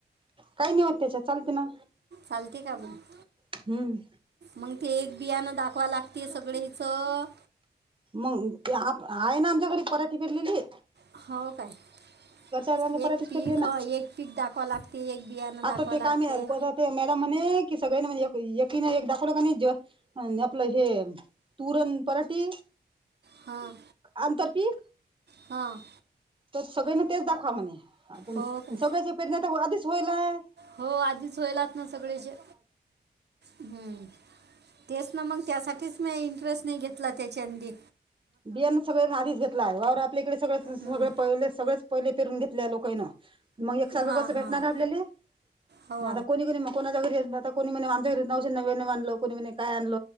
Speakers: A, on the right; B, on the right.
A: काही नाही होत त्याच्यात. चालते ना.
B: आलती का म. <inaudible>
A: हम्.
B: मग ते एक बियाणं दाखवाव लागते, सगळेयचं.
A: मग ते आप आहे ना, आमच्याकडे पराठी फिरलेली.
B: हो, काय?
A: अर्धांच्या
B: एक
A: पराठीच
B: पीक,
A: पेरली ना
B: ह एक पीक दाखवा लागते. एक बियाणं
A: आता
B: दाखवा
A: ते काय
B: लागते.
A: माहित आता ते मॅडम म्हणे, की सगळने म्हण, एक - एकीने एक दाखवलं का नाही, ज आपलं हे तूर न पराठी.
B: हां.
A: आंतरपीक
B: हां.
A: सगळेनी तेच दाखवा म्हणे. आ
B: हो काय
A: सगळच्या पेरन्या तर, आधीच होईलय.
B: हो. आधीच होयलात ना, सगळेचे. हम्म. तेच ना, मग. त्यासाठीच मी इंटरेस्ट नाही घेतला, त्याच्या नधी.
A: बियांन सगळेन आधीच घेतलाय. वावर आपल्याकडे सगळं - सगळं
B: हं.
A: पहि सगळेच पहिले पेरून घेतलय लोकायनं. मग एक सारखं
B: हां
A: कसं,
B: हां
A: भेटणार आपल्याले?
B: हो
A: मग आता कोणी- कोणी म कोणाच्या घरी आता कोणी म्हने, आमच्या घरी नऊशे- नव्यानव आनल. कोणी म्हने, काय आणल.